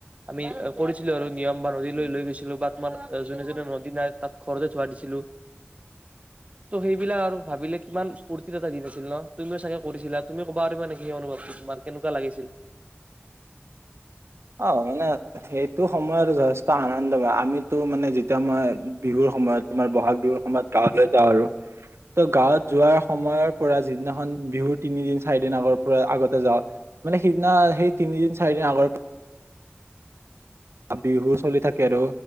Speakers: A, on the right; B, on the right.
A: আমি কৰিছিলো আৰু নিয়ম বা নদীলৈ লৈ গৈছিলো বা তোমাৰ যোনে যোনে নদী নাই তাত ঘৰতে ধোৱাই দিছিলো ত' সেইবিলাক আৰু ভাবিলে কিমান ফূৰ্তিৰ এটা দিন আছিল ন? তুমিও চাগে কৰিছিলা তুমি ক'বা পাৰিবা নেকি? সেই অনুভৱটো তোমাৰ কেনেকুৱা লাগিছিল?
B: অ মানে সেইটো সময়ত যথেষ্ট আনন্দময় আমিতো মানে যেতিয়া মই বিহুৰ সময়ত তোমাৰ বহাগ বিহুৰ সময়ত গাঁৱলৈ যাওঁ আৰু ত' গাঁৱত যোৱাৰ সময়ৰ পৰা যিদিনাখন বিহুত তিনিদিন চাৰি দিন আগৰ পৰা আগতে যাওঁ মানে সিদিনা সেই তিনিদিন চাৰি দিন আগৰ বিহু চলি থাকে আৰু